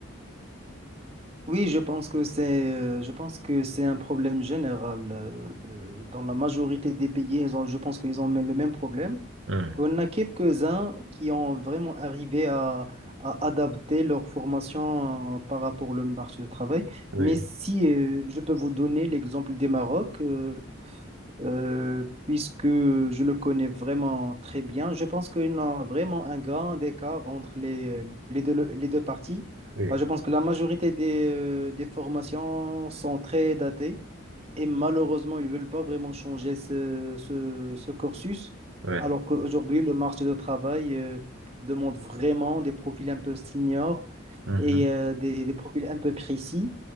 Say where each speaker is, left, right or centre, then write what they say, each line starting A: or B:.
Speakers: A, on the right; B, on the right.
A: oui, je pense que c'est, euh, je pense que c'est un problème général. euh, euh, Dans la majorité des pays, ils ont- je pense qu'ils ont même le même problème.
B: Hum,
A: On a quelques-uns qui ont vraiment arrivé à, à adapter leur formation euh, par rapport au marché du travail.
B: Oui,
A: Mais si euh, je peux vous donner l'exemple des Maroc, euh, euh, puisque je le connais vraiment très bien, je pense qu'il y a vraiment un grand écart entre les, euh, les deux, les deux parties.
B: oui,
A: Bah, je pense que la majorité des, euh, des formations sont très datées. Et malheureusement, ils ne veulent pas vraiment changer ce, ce, ce cursus,
B: ouais.
A: alors qu'aujourd'hui, le marché de travail euh, demande vraiment des profils un peu seniors
B: Mhm,
A: et euh, des, des profils un peu précis.